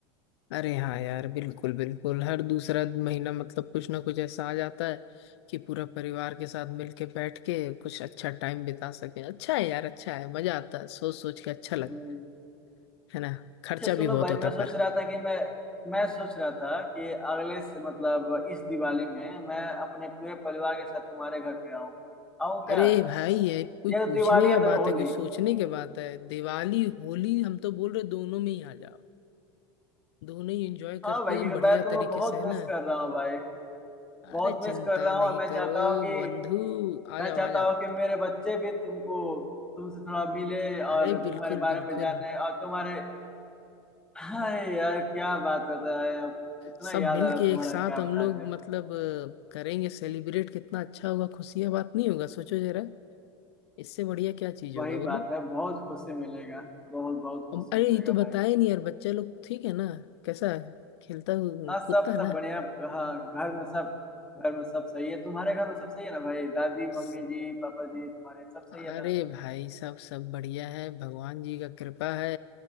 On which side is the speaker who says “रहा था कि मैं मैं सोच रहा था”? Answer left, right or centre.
Centre